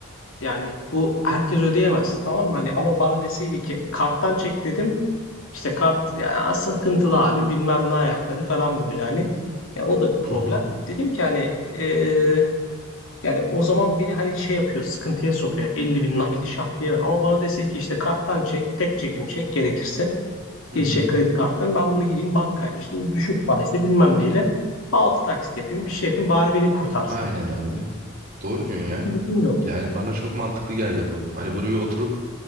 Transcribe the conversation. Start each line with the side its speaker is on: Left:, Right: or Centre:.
Left: yani bu herkes ödeyemez tamam mı? Hani ama bana deseydi ki karttan çek dedim. İşte kart ya sıkıntılı abi bilmem ne ayakları falan böyle hani. Ya o da bir problem.
Right: Hı hı
Left: Dedim ki hani e, yani o zaman beni hani şey yapıyor sıkıntıya sokuyor. Yani elli bin nakdi şak diye ver. Ama bana dese ki işte karttan çek tek çekim çek gerekirse.
Right: hı
Left: Bir
Right: hı.
Left: şey kredi karttan ben bunu gideyim bankayla işte o düşük faizle bilmem neyle. altı taksit yapayım bir şey yapayım bari beni kurtarsın.
Right: Aynen abi. Doğru diyorsun ya.
Left: Gücüm yok.
Right: Yani bana çok mantıklı geldi bu. Hani bunu bir oturup